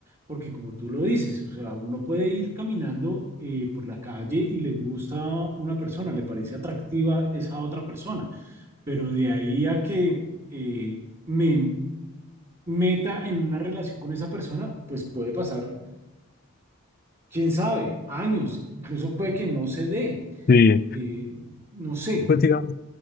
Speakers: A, on the right; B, on the left.
A: porque como tú lo dices, o sea, uno puede ir caminando eh, por la calle y le gusta una persona, le parece atractiva esa otra persona, pero de ahí a que eh, me meta en una relación con esa persona, pues puede pasar, quién sabe, años, incluso puede que no se dé.
B: Sí,
A: Eh, no sé,
B: pues digamos,